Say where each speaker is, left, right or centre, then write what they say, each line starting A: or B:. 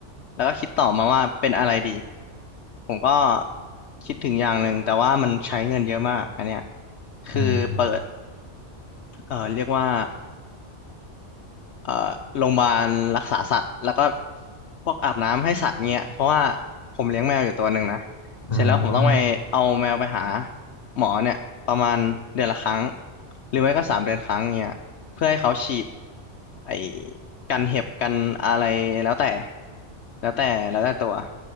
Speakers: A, on the left (about 65°); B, on the left (about 35°).
A: แล้วก็คิดต่อมาว่าเป็นอะไรดีผมก็คิดถึงอย่างหนึ่งแต่ว่ามันใช้เงินเยอะมากอันเนี้ยคือเปิด
B: อ่า
A: เอ่อเรียกว่า เอ่อโรงพยาบาลรักษาสัตว์แล้วก็พวกอาบน้ำให้สัตว์เงี้ยเพราะว่าผมเลี้ยงแมวอยู่ตัวหนึ่งนะ
B: อ่า
A: เสร็จแล้วผมต้องไปเอาแมวไปหาหมอเนี่ยประมาณเดือนละครั้งหรือไม่ก็สามเดือนครั้งเงี้ยเพื่อให้เขาฉีดไอ้กันเห็บกันอะไรแล้วแต่แล้วแต่แล้วแต่ตัว